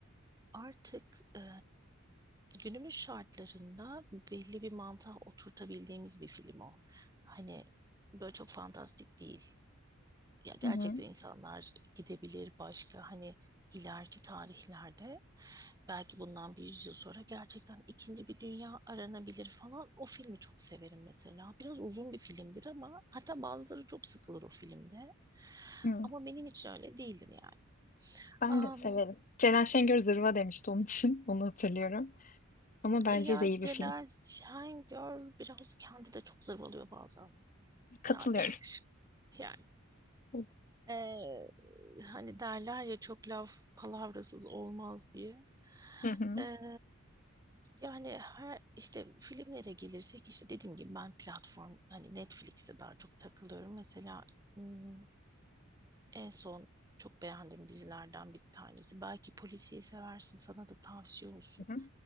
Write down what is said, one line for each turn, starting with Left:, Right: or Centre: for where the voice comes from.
Right: artık e, günümüz şartlarında belli bir mantığa oturtabildiğimiz bir film o. Hani böyle çok fantastik değil ya gerçekten
Left: Hı hı.
Right: insanlar gidebilir başka hani ileriki tarihlerde belki bundan bir yüzyıl sonra gerçekten ikinci bir dünya aranabilir falan. O filmi çok severim mesela. Biraz uzun bir filmdir ama hatta bazıları çok sıkılır o filmde.
Left: hı.
Right: Ama benim için öyle değildir yani.
Left: Ben
Right: Am,
Left: de severim. Ceren Şengör zırva demişti onun için. <laughs> Onu hatırlıyorum. Ama bence
Right: yani
Left: de iyi
Right: Celal
Left: bir film.
Right: Şengör biraz kendi de çok zırvalıyor bazen.
Left: Katılıyorum.
Right: Yani <laughs> yani
Left: Hı
Right: Ee, hani derler ya çok laf palavrasız olmaz diye.
Left: hı.
Right: Ee, yani her işte filmlere gelirsek işte dediğim gibi ben platform hani Netflix'te daha çok takılıyorum. Mesela hmm, en son çok beğendiğim dizilerden bir tanesi. Belki polisiye seversin sana da tavsiye olsun.
Left: Hı hı.